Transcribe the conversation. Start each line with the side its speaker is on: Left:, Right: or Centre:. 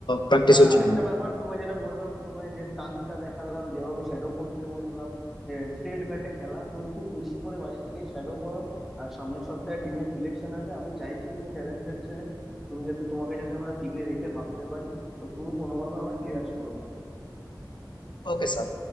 Left: প্র্যাকটিস
Centre: হ্যাঁ
Left: হচ্ছে
Centre: আরেকটা ব্যাপার তোমায় যেটা বললাম তোমায় যে স্টান্সটা দেখালাম যেভাবে শ্যাডো করতে বললাম স্ট্রেট ব্যাটে খেলা তুমি খুব বেশি করে বাড়িতে গিয়ে শ্যাডো করো আর সামনের সপ্তাহে টিমের সিলেকশন আছে আমি চাইছি তুমি ট্যালেন্টেড ছেলে তুমি যাতে তোমাকে যাতে আমরা টিমে রেখে ভাবতে পারি তো তুমি কোনোভাবে আমায় নিরাশ করো না
Left: Okay sir